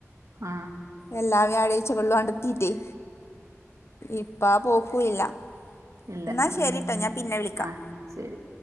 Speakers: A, on the right (about 85°); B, on the left (about 55°).
A: ആ
B: എല്ലാവ്യാഴാഴ്ചകളും <unintelligible> ഇപ്പാ ആപോക്കൂല്ല
A: ഇല്ല
B: എന്നാ
A: ഉം
B: ശരിട്ടോ ഞാൻ പിന്നെ വിളിക്കാം
A: ആ ശരി